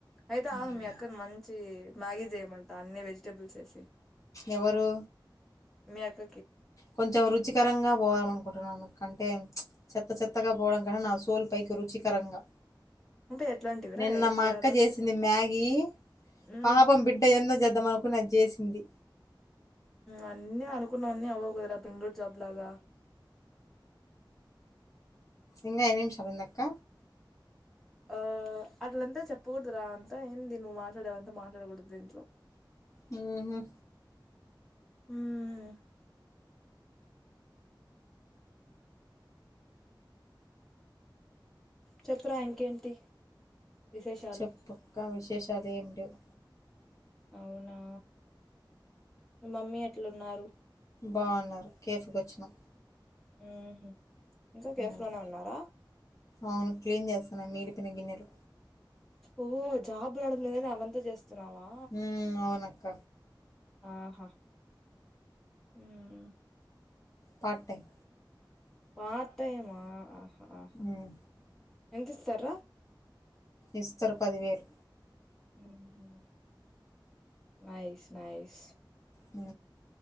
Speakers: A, in the centre; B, on the left.
A: అయితే ఆగ
B: ఉమ్,
A: మీ అక్కనీ మంచి మ్యాగీ చేయమంట అన్ని వెజిటేబుల్స్ వేసి
B: ఎవరు
A: మీ అక్క
B: కొంచెం రుచికరంగా పోదాము అనుకుంటున్నాను అంటే చెత్త చెత్తగా పోవడం నా సోల్ పైకి రుచికరంగా
A: అంటే ఎట్లాంటివిరా
B: నిన్న
A: ఏం
B: మా
A: చేయాలా
B: అక్క చేసింది మ్యాగీ
A: మ్మ్
B: పాపం బిడ్డ ఎందో జే అద్దమనుకు అది చేసింది
A: అన్నీ అనుకున్నా అన్న అవ్వవు కుదరా బెంగళూరు జాబ్ లాగా
B: ఇంకా ఇని నీమిషాలుంది అక్క
A: ఆ అట్లంతా చెప్పకూడదు రా అంతా ఏంటి నువ్వు మాట్లాడేవంతా మాట్లాడకూడదు దీంట్లో
B: మ్మ్ హ్మ్
A: మ్మ్ చెప్పరా ఇంకేంటి విశేషాలు
B: చెప్పు అక్క విశేషాలు ఏమి లేవు
A: అవునా మమ్మీ ఎట్లు ఉన్నారు
B: బాగున్నారు కేఫీకి వచ్చినా
A: మ్మ్ హ్మ్ ఇంకా కేఫ్లోనే
B: మ్
A: ఉన్నారా
B: అవును క్లీన్ చేస్తన్నాను మిగిలిపోయిన గిన్నెలు
A: ఓహ జాబు రావడం లేదని అది అంతా జస్త ఆ వచ్చనావా
B: మ్ అవునక్క
A: ఆహా హ్మ్
B: పార్ట్ టైమ్
A: పార్ట్ టైమా ఆ ఆహా ఆహా
B: మ్
A: ఎంత ఇస్తారు రా
B: ఇస్తరు పదివేలు
A: హూ హమ్ నైస్ నైస్
B: ఆ